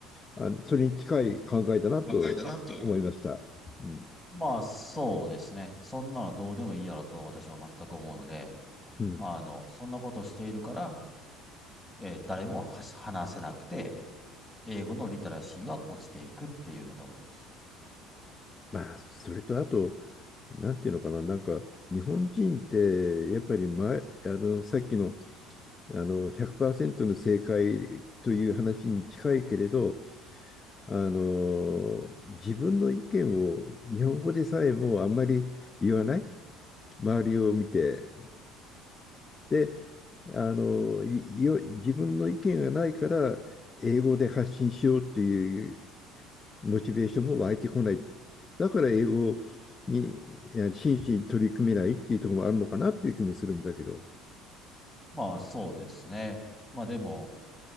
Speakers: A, on the left; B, in the centre.
A: あのそれに近い考えだなと思いました。
B: 考えたなと。
A: うん。
B: まあ、そうですね。そんなのどうでもいいやろと私は全く思うので、
A: うん。
B: あの、そんなことしているから、えー誰もはし話せなくて、英語のリテラシーが落ちていくっていうのだと思います。
A: まあ、それとあと、なんていうのかな、なんか日本人ってやっぱり前、あのさっきの、あの100%の正解という話に近いけれど、あの自分の意見を日本語でさえもあんまり言わない、周りを見て。で、あの、いい自分の意見がないから、英語で発信しようっていうモチベーションも湧いてこない。だから英語に真摯に取り組めないっていうところもあるのかなっていう気もするんだけど。
B: まあ、そうですね。まあ、でも、